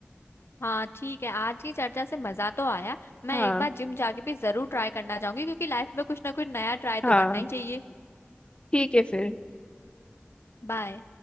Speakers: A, on the left; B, on the left.
A: हाँ ठीक है आज की चर्चा से मजा तो आया मैं
B: हाँ
A: एक बार जिम जाके भी जरूर ट्राई करना चाहूंगी क्योंकि लाइफ में कुछ ना कुछ नया ट्राई तो
B: हाँ
A: करना ही चाहिए
B: ठीक है फिर
A: बाय